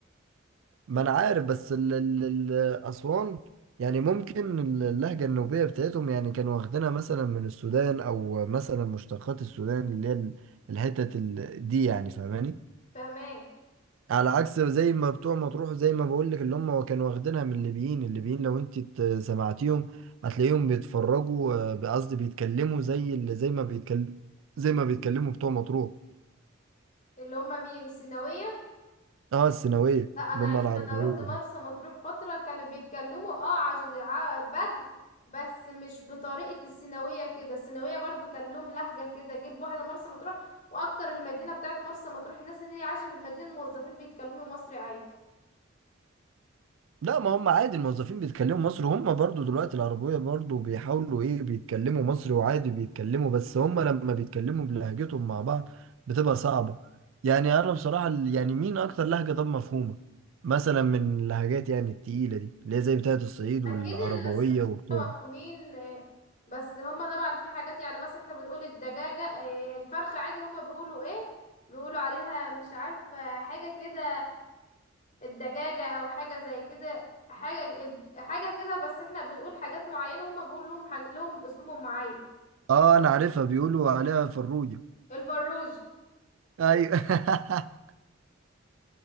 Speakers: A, on the right (about 70°); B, on the left (about 40°).
A: ما انا عارف بس ال ال ال اسوان يعني ممكن اللهجة النوبية بتاعتهم يعني كانوا واخدينها مثلا من السودان او مثلا مشتقات السودان اللي هي ال- الحتت ال- دي يعني فاهماني
B: فاهماه
A: على عكس زي ما بتوع مطروح زي ما بقول لك اللي هم كانوا واخدينها من الليبيين الليبيين لو انت ت- سمعتيهم هتلاقيهم بيتفرجوا آه، قصدي بيتكلموا زي اللي زي ما بيتكلم زي ما بيتكلموا بتوع مطروح
B: اللي هما مين سيناوية
A: اه السيناوية
B: لا انا
A: اللي
B: عشت
A: هم العربية
B: انا روحت مرسى مطروح فتره كانوا بيتكلموا اه عج... ع- بدو بس مش بطريقه السيناويه كده السيناويه برضو كان لهم لهجه كده جيب واحده مرسى مطروح واكتر المدينه بتاعت مرسى مطروح الناس اللي هي عايشه في المدينه الموظفين بيتكلموا مصري عادي
A: لا ما هم عادي الموظفين بيتكلموا مصري هم برضو دلوقتي العربية برضو بيحاولوا ايه بيتكلموا مصري وعادي بيتكلموا بس هم لما بيتكلموا بلهجتهم مع بعض بتبقى صعبة يعني انا بصراحة ال- يعني مين اكتر لهجة طب مفهومة مثلا من اللهجات يعني التقيلة دي اللي هي زي بتاعة الصعيد
B: اكيد
A: والعربوية وبتاع
B: الصحفيين آه، بس هما طبعا في حاجات يعني مثلا احنا بنقول الدجاجه آه، الفرخه عادي هما بيقولوا ايه بيقولوا عليها مش عارفه حاجه كده الدجاجة او حاجة زي كده حاجة الب- حاجة كده بس احنا بنقول حاجات معينة هما بيقولوا لهم حاج... لهم اسلوبهم معين
A: اه انا عارفها بيقولوا عليها فروجة
B: الفروج
A: ايوه <laughs>